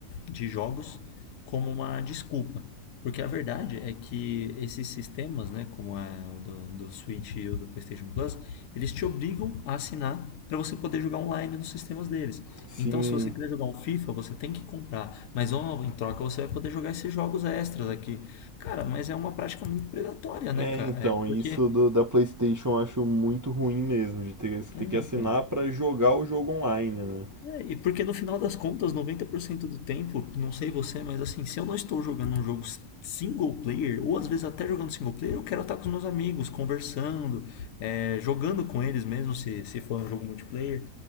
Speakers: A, on the left; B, on the right.
A: de jogos como uma desculpa. Porque a verdade é que esses sistemas, né, como é o do, do Switch e o do PlayStation Plus, eles te obrigam a assinar para você poder jogar online nos sistemas deles.
B: <laughs> Sim.
A: Então, se você quiser jogar um FIFA, você tem que comprar. Mas ó, em troca você vai poder jogar esses jogos extras aqui. Cara, mas é uma prática muito predatória, né,
B: É,
A: cara?
B: então,
A: É,
B: isso
A: porque.
B: do- da PlayStation eu acho muito ruim mesmo, de ter, você
A: É,
B: ter que assinar
A: então.
B: para jogar o jogo online, né?
A: É, e porque no final das contas, 90% do tempo, não sei você, mas assim, se eu não estou jogando um jogo single player, ou às vezes até jogando single player, eu quero estar com os meus amigos, conversando, é, jogando com eles mesmo, se, se for um jogo multiplayer,